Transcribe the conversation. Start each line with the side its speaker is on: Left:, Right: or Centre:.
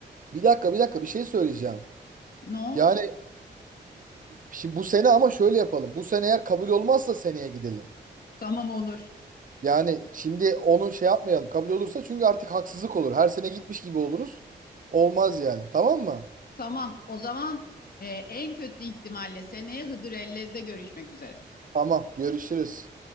Right: Bir dakika, bir dakika bir şey söyleyeceğim.
Left: Ne oldu?
Right: Yani şimdi bu sene ama şöyle yapalım. Bu sene eğer kabul olmazsa seneye gidelim.
Left: Tamam olur.
Right: Yani şimdi onu şey yapmayalım. Kabul olursa çünkü artık haksızlık olur. Her sene gitmiş gibi oluruz. Olmaz yani. Tamam mı?
Left: Tamam. O zaman e, en kötü ihtimalle seneye Hıdır Ellez'de görüşmek üzere.
Right: Tamam. Görüşürüz.